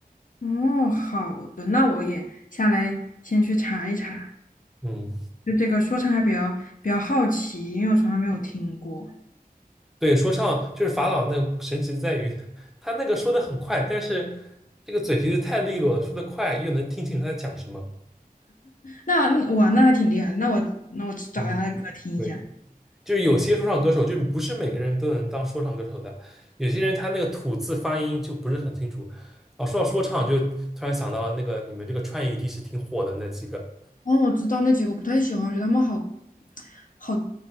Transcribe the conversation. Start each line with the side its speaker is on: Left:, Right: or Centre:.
Left: 哦，好的，那我也下来先去查一查。
Centre: 嗯。
Left: 就这个说唱还比较比较好奇，因为我从来没有听过。
Centre: 对，说唱就是法老那神奇在于，他那个说的很快，但是这个嘴皮子太利落了，说的快又能听清楚他在讲什么。
Left: 那嗯哇，那还挺厉害的。那我那我去找一下他的歌听一下。
Centre: 嗯，对，就是有些说唱歌手，就是不是每个人都能当说唱歌手的，有些人他那个吐字发音就不是很清楚。哦，说到说唱，就突然想到了那个你们这个川渝地区挺火的那几个，
Left: 哦，我知道那几个不太喜欢，我觉得他们好好